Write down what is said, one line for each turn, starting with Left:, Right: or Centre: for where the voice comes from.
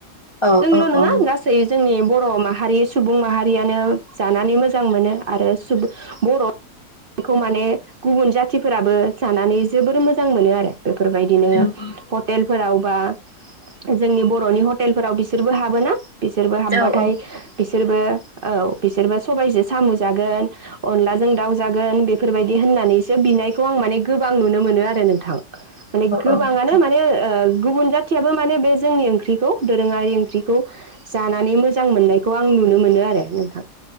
Left: औ
Right: जोंल
Left: औ
Right: नङा
Left: औ
Right: गासै जोंनि बर' माहारि सुबुं माहारियानो जानानै मोजां मोनो आरो सुबुं बर' बेखौ माने गुबुन जाथिफोराबो जानानै जोबोर मोजां मोनो आरो बेफोरबायदिनो
Left: नोंथां
Right: हटेलफोराव बा जोंनि बर'नि हटेलफोराव बिसोरबो हाबोना। बिसोरबो हाबबाथाय
Left: औ औ
Right: रोबो औ बिसोरबो सबायजों साम' जागोन अनलाजों दाउ जागोन बेफोरबायदि होन हानैसो बिनायखौ आं माने गोबां नुनो मोनो आरो नोंथां माने गोबाङानो
Left: औ नोंथां
Right: माने ओ गुबुन जाथियाबो माने बे जोंनि ओंख्रिखौ दोरोङारि ओंख्रिखौ जानानै मोजां मोननाय खौ आं नुनो मोनो आरो नोंथां